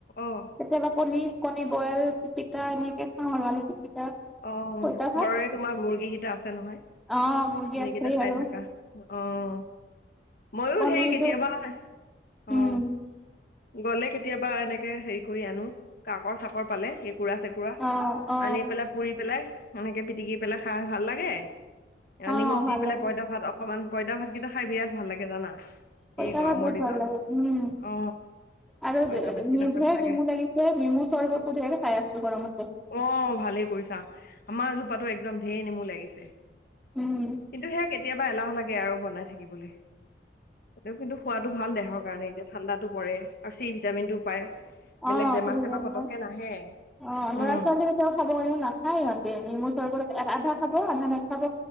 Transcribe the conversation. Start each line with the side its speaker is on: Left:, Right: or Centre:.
Left: অ'।
Centre: কেতিয়াবা কণী কণী বইল পিটিকা এনেকে খাওঁ আৰু আলুহ পিটিকা
Left: অ',
Centre: পইতা ভাত
Left: ঘৰৰে তোমাৰ মুৰ্গী কেইটা আছে নহয়।
Centre: অ', মুৰ্গী আছেছে
Left: কেইটা খাই
Centre: আৰু
Left: থাকা
Centre: আৰু
Left: অ', ময়ো
Centre: কণীটো
Left: সেই কেতিয়াবা অ'
Centre: উম
Left: গ'লে কেতিয়াবা এনেকে হেৰি কৰি আনো কাকৰ চাকৰ পালে চেকু পুৰা
Centre: অ অ
Left: আনি পেলাই পুৰি পেলাই সেনেকে পিটিকি পেলাই খাই ভাল লাগে।
Centre: অ
Left: নিমখ
Centre: ভাল
Left: দি পেলাই
Centre: লাগে
Left: পইতা ভাত অকমান পইতা ভাতকিটা খাই বিৰাট ভাল লাগে জানা
Centre: প
Left: এই
Centre: ইতা‌
Left: গৰমৰ
Centre: ভাত বহুত
Left: দিনত
Centre: ভাল লাগে উম।
Left: অ
Centre: আৰু
Left: পঁইতা
Centre: নেমু
Left: ভাতকেইটা খাই ভাল লাগে
Centre: লাগিছে নেমু চৰ্বতো ঢেৰ খাই আছো গৰমতে
Left: অ', ভালে কৰিছা আমাৰ জোপাতো একদম ঢেৰ নেমু লাগিছে।
Centre: উম।
Left: কিন্তু সেয়া কেতিয়াবা এলাহ লাগে আৰু বনাই থাকিবলে। <unintelligible> কিন্তু খোৱাটো ভাল দেহৰ কাৰণে এতিয়া ঠাণ্ডাতটো পৰে আৰু চি ভিটামিনটো পায়।
Centre: অ
Left: বেলেগ বেমাৰ
Centre: চিজনবা
Left: চেমাৰ পতকে নাহে,
Centre: অ
Left: উম।
Centre: ল'ৰা <unintelligible> খাব এনেও নাখায় ইহঁতে, নেমু চৰ্বত আধা খাব আধা নাখাব।